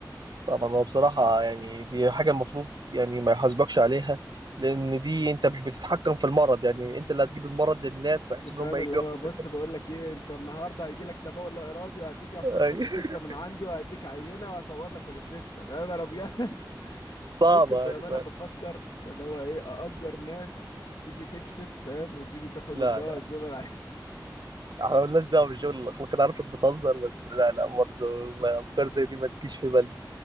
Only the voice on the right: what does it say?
طبعا هو بصراحة يعني دي حاجة المفروض يعني ما يحاسبكش عليها لأن دي أنت مش بتتحكم في المرض يعني أنت اللي هتجيب المرض للناس بحيث
إن هم يجوا
ياخدوا
منك
<laughs> أي.
صعبة
يعني فاهم
لا
لا
احنا مالناش دعوة بالشغل الأخلاقي أنا عارفك بتهزر بس لا لا برضه ما- أفكار زي دي ما تجيش في بالنا